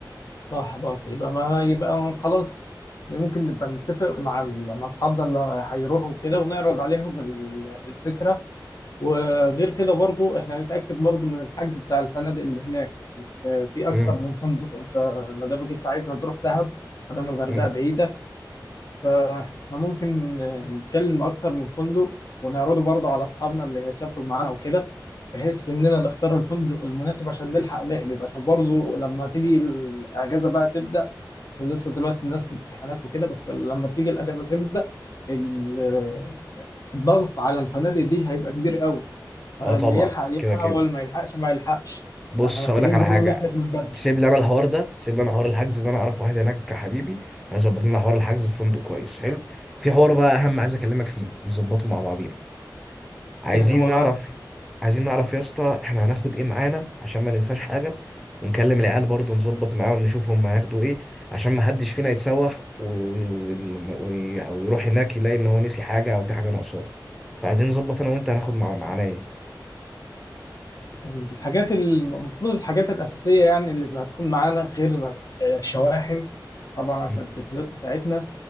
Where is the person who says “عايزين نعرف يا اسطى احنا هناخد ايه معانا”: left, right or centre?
Centre